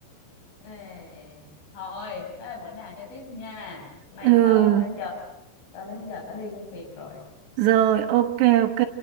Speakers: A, on the left; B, on the right.
A: Ê, thôi thế là bữa nào chơi tiếp nha Cái này
B: ừ
A: tớ đến giờ tớ đến giờ tớ đi công việc rồi
B: rồi ok ok